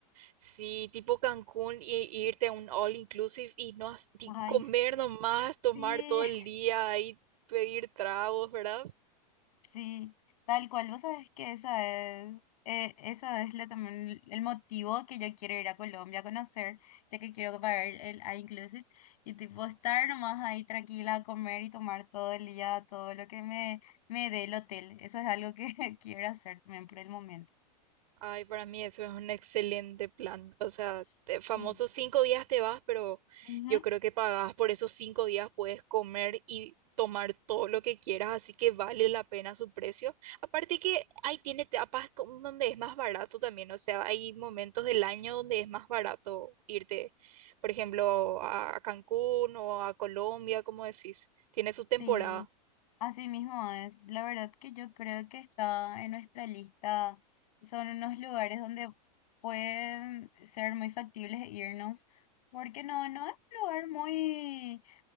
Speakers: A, on the right; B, on the left.
A: Sí, tipo Cancún y, y irte a un all inclusive y no has- y
B: Ay,
A: comer nomás, tomar
B: sí.
A: todo el día ahí, pedir tragos, ¿verdad?
B: Sí, tal cual. Vos sabés que esa es, eh, eso es lo, también el motivo que yo quiero ir a Colombia a conocer, ya que quiero pagar el inclusive y tipo estar nomás ahí tranquila a comer y tomar todo el día, todo lo que me, me dé el hotel. Eso es algo que <laughs> quiero hacer también por el momento.
A: Ay, para mí eso es un excelente plan. O sea,
B: Sí.
A: te- famosos cinco días te vas, pero
B: Ujú,
A: yo creo que pagás por esos cinco días, puedes comer y tomar todo lo que quieras, así que vale la pena su precio. Aparte que ahí tiene etapas con- donde es más barato también, o sea, hay momentos del año donde es más barato irte, por ejemplo, a a Cancún o a Colombia, como decís. Tiene su
B: Sí.
A: temporada.
B: Así mismo es, la verdad que yo creo que está en nuestra lista, son unos lugares donde pueden ser muy factibles e irnos, porque no, no es un lugar muy,